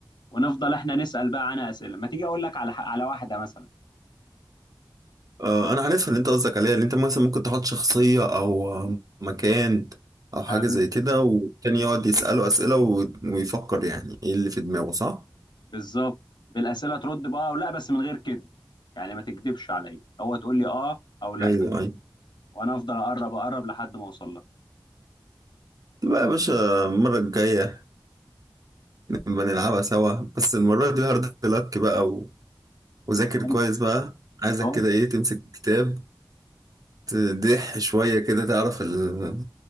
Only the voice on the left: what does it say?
ونفضل احنا نسال بقى عنها اسئله ما تيجي اقول لك على ح- على واحده مثلا
آه، بز-
بالظبط بالاسئله ترد بقى او لا بس من غير كذب يعني ما تكذبش عليا هو تقول لي اه او لا
وانا افضل اقرب اقرب لحد ما اوصل لك
هو
أنت-
هو